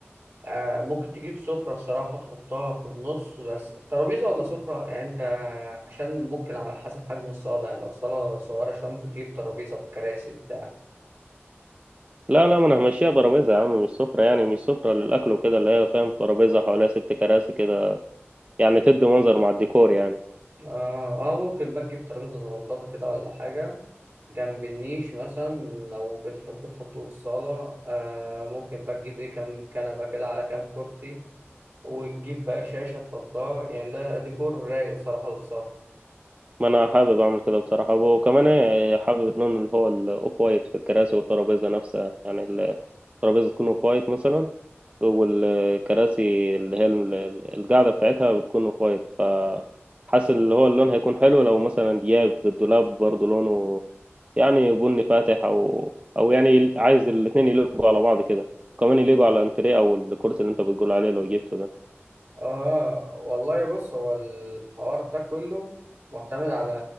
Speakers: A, on the right (about 65°); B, on the right (about 30°).
A: آه، ممكن تجيب سفرة الصراحة تحطها في النص بس ترابيزة ولا سفرة يعني أنت عشان ممكن على حسب حجم الصالة يعني لو صالة صغيرة شوية ممكن تجيب ترابيزة بكراسي بتاع
B: لا لا ما انا همشيها ترابيزة يا عم مش سفرة يعني مش سفرة للاكل وكده اللي هي فاهم ترابيزة حواليها ست كراسي كده يعني تدي منظر مع الديكور يعني
A: آه, آه ممكن بقى تجيب ترابيزة صغنطاطة كده ولا حاجة جنب النيش مثلا لو بتحب تحطه في الصالة آه ممكن بقى تجيب إيه كام كنبة كده على كام كرسي وتجيب بقى شاشة تحطها يعني ده ديكور رايق الصراحة للصالة
B: ما انا حابب اعمل كده بصراحة وكمان إيه، حابب اللون اللي هو الاوف وايت في الكراسي والترابيزة نفسها يعني الترابيزة تكون اوف وايت مثلا والكراسي اللي هي ال- القاعدة بتاعتها بتكون اوف وايت ف حاسس اللي هو اللون هيكون حلو لو مثلا دياب الدولاب برضه لونه يعني بني فاتح او او يعني عايز الاتنين يلقوا على بعض كده وكمان يلقوا على الانتريه او الكرسي اللي انت بتقول عليه لو جبته ده
A: آه والله بص هو الحوار ده كله معتمد على